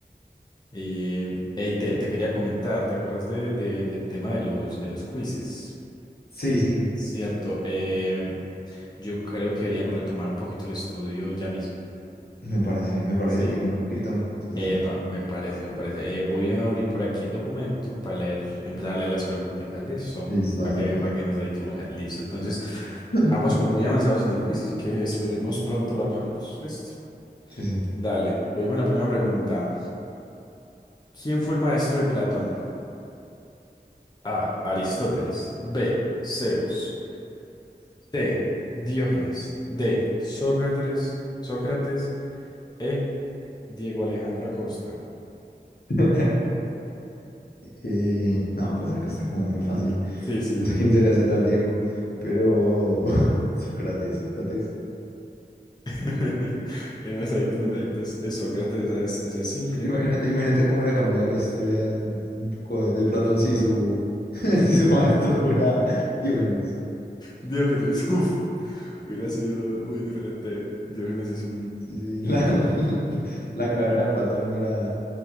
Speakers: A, on the left; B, on the left.
A: Y, hey, te, te quería comentar, ¿te acuerdas de, de- del tema de los, de los quizzes?
B: Sí, sí.
A: Cierto, eh, yo creo que deberíamos retomar un poquito el estudio ya mismo.
B: Me parece, me parece.
A: Sí.
B: Tengo un tiempito. Entonces
A: Epa,
B: dale.
A: me parece, me parece. Eh, voy a abrir por aquí el documento para leer, empezar a leer las preguntitas, listo,
B: Listo,
A: para
B: dale
A: que,
B: pues.
A: para que nos dediquemos a... Listo, entonces, <laughs>
B: <clears throat>
A: ya vamos como muy avanzados en el quiz, así que esperemos pronto lo acabemos, listo.
B: Sí, sí.
A: Dale, voy con la primera pregunta. ¿Quién fue el maestro de Platón? A, Aristóteles, B, Zeus, C. Diógenes, D, Sócrates, Sócrates, E, Diego Alejandro Acosta.
B: <laughs> Eh, no, pues acá está como muy fácil.
A: Sí, sí,
B: No
A: sí.
B: sé quién será ese tal Diego, pero <laughs> Sócrates, Sócrates.
A: <laughs> En efecto, en efecto, es, es Sócrates, esa es, esa es simple.
B: Imagínate, imagínate cómo hubiera cambiado la historia un poco de, de Platón si su, <laughs> si su maestro fuera Diógenes.
A: Diógenes, <laughs> uff, hubiera sido muy diferente. Diógenes es un...
B: Sí, sí, la, <laughs> la caverna de Platón hubiera,